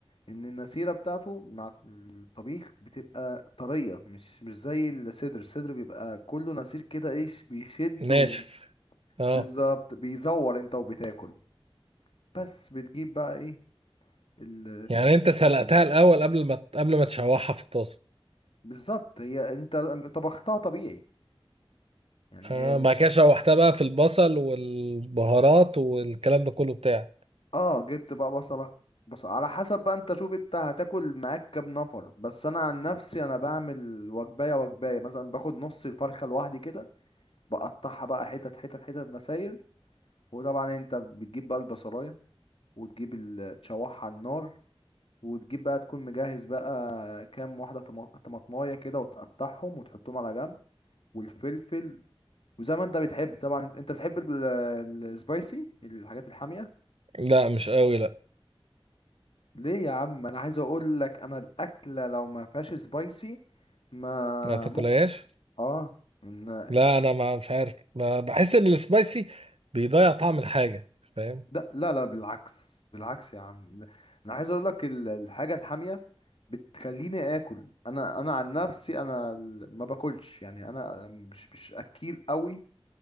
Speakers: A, on the left (about 65°); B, on the right (about 75°).
A: ان النسيره بتاعته مع الطبيخ بتبقى طريه مش مش زي الصدر الصدر بيبقى كله نسير كده ايه ش- بيشد
B: ناشف
A: و-
B: اه
A: بالظبط بيزور انت وبتاكل بس بتجيب بقى ايه ال
B: يعني انت سلقتها الاول قبل ما قبل ما تشوحها في الطاسه
A: بالظبط هي انت طبختها طبيعي يعني
B: اه
A: هي
B: بعد كده شوحتها بقى في البصل والبهارات والكلام ده كله بتاعك
A: اه جبت بقى بصلة بس على حسب بقى انت شوف انت هتاكل معاك كام نفر بس انا عن نفسي انا بعمل وجباية وجباية مثلا باخد نص الفرخة لوحدي كده بقطعها بقى حتت حتت حتت مسايل وطبعا انت بتجيب بقى البصلاية وتجيب ال- تشوحها على النار وتجيب بقى تكون مجهز بقى كام واحدة طما- طماطماية كده وتقطعهم وتحطهم على جنب والفلفل وزي ما انت بتحب طبعا انت بتحب السبايسي الحاجات الحامية
B: لا مش قوي لا
A: ليه يا عم انا عايز اقول لك انا الاكله لو ما فيهاش سبايسي ما
B: ما تاكلهاش
A: ممكن اه إن...
B: لا انا ما مش عارف ما بحس ان السبايسي بيضيع طعم الحاجه فاهم
A: ده... لا لا بالعكس بالعكس يا عم انا عايز اقول لك ال- الحاجه الحاميه بتخليني اكل انا انا عن نفسي انا ال- ما باكلش يعني انا مش مش اكيل قوي